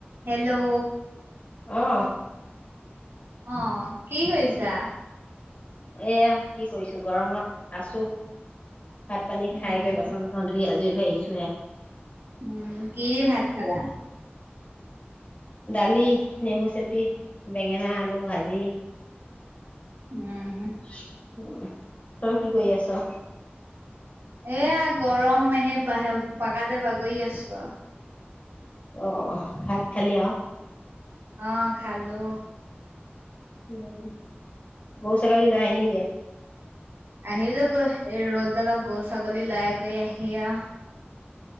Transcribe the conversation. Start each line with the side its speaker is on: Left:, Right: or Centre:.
Right: Hello
Left: অ-
Right: অ কি কৰিছা?
Left: এয়া, কি কৰিছো গৰমত আছো। ভাত পানী
Right: উম
Left: খাই গৈ বাচন চাচন ধুই আজ ফ্ৰি হৈ আহিছো হে।
Right: উম, কি দি ভাত খালাঁ?
Left: দালি, নেমু চেপি, বেঙেনা আলু ভাজি।
Right: উম
Left: <inaudible> তই কি কৰি আছ?
Right: এয়া গৰম এনে বা পাকাতে বাগৰি আছো আৰু।
Left: অ অ ভাত খালি অ।
Right: অ খালোঁ।
Left: উম গৰু ছাগলী লৈ আহিলি গৈ?
Right: আহিলো গৈয় এই ৰ'দ দালত গৰু ছাগলী লৈ কৰি আহি আ।।